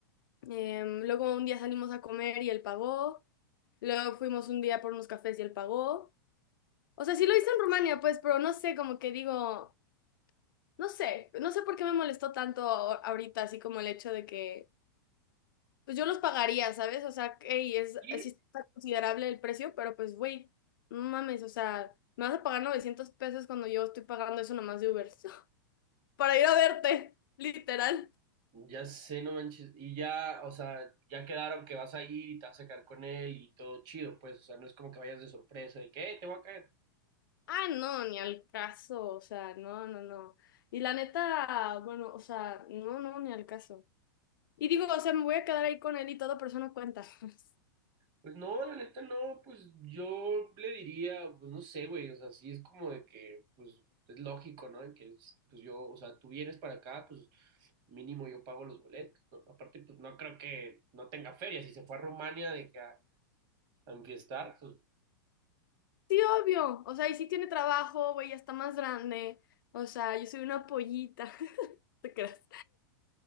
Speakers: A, on the left; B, on the right.
A: Em, luego un día salimos a comer y él pagó. Luego fuimos un día por unos cafés y él pagó. O sea, sí lo hice en Rumania, pues, pero no sé, como que digo, no sé, no sé por qué me molestó tanto a- ahorita, así como el hecho de que, pues yo los pagaría, ¿sabes? O sea, hey, es,
B: sí,
A: sí está considerable el precio, pero pues, güey, no mames, o sea, me vas a pagar 900 pesos cuando yo estoy pagando eso nomás de Uber, <laughs> para ir a verte, literal.
B: ya sé, no manches. Y ya, o sea, ya quedaron que vas a ir y te vas a quedar con él y todo chido, pues, o sea, no es como que vayas de sorpresa de que, "Eh, te voy a caer.
A: Ah, no, ni al caso, o sea, no, no, no. Y la neta, bueno, o sea, no, no, ni al caso. Y digo, o sea, me voy a quedar ahí con él y todo, pero eso no cuenta. <laughs>
B: Pues no, la neta no, pues yo le diría, pues no sé, güey, o sea, sí es como de que, pues es lógico, ¿no? De que, pues yo, o sea, tú vienes para acá, pues mínimo yo pago los boletos, ¿no? Aparte, pues no creo que no tenga feria. Si se fue a Rumania de que a, a enfiestar, pues
A: Sí, obvio. O sea, y sí tiene trabajo, güey, ya está más grande. O sea, yo soy una pollita. <laughs> ¿Te creas?